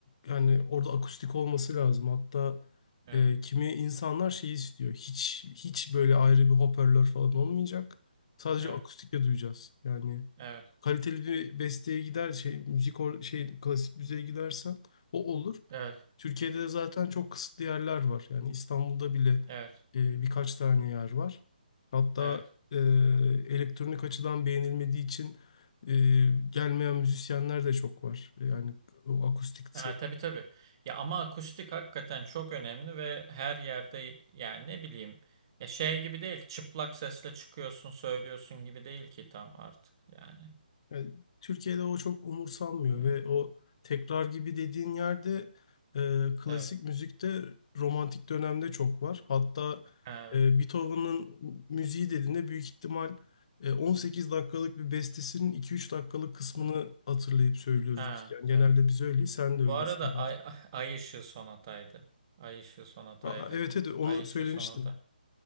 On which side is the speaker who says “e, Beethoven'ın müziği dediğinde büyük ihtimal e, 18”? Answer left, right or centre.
Left